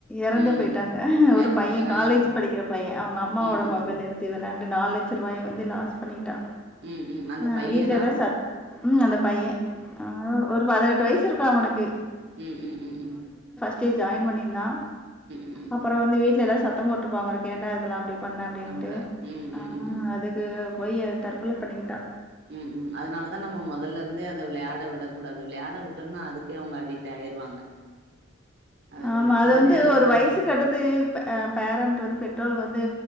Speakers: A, in the centre; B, on the right (about 55°).
A: எறந்து
B: ம்
A: போயிட்டாங்க ஒரு
B: எறந்து
A: பைய
B: ஆ
A: காலேஜு படிக்கிற பைய அவங்க அப் அம்மாவோட
B: ம் ம்
A: மொபைல்ல எடுத்து வெள்ளாண்டு நால் லட்ச ரூபாய வந்து லாஸ் பண்ணிட்டா
B: ம் ம் அந்த
A: ஆ
B: பையனா
A: வீட்ல எல்லா ச உம் அந்த பைய அ ஒரு பதினெட்டு வயசு இருக்கு அவனுக்கு
B: உம் உம் உம் உம்
A: சே ஜாயின் பண்ணியிருந்தா
B: ம் ம்
A: அப்பறோ வந்து வீட்ல எல்லாரு சத்த போட்ருப்பாங்க்ளாருக்கு ஏண்டா இதெலா அப்டி பண்ண அப்டின்ட்டு
B: பண்ற ம் ம்
A: அ
B: ம் ம்
A: அதுக்கு போயி தற்கொல பண்ணிக்கிட்டா
B: உம் உம் அதனாலதா நம்ம மொதல்ல இருந்தே அத விளையாட விடக்கூடாது விளையாட விட்டோம்னா அதுக்கே அவங்க அடிட் ஆயிருவாங்க <inaudible>
A: ஆமா
B: விட்றதே
A: அது வந்து
B: ரொம்ப
A: ஒரு வயசுக்கடுத்து
B: தப்பு
A: பே அ பேரண்ட் வந்து பெற்றோர்க வந்து